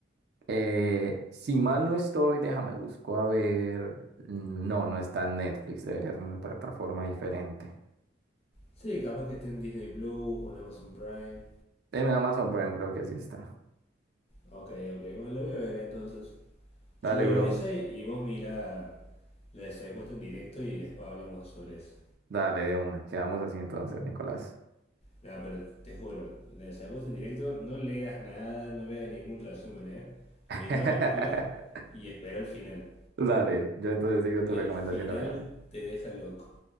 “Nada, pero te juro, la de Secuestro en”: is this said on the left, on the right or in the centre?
Left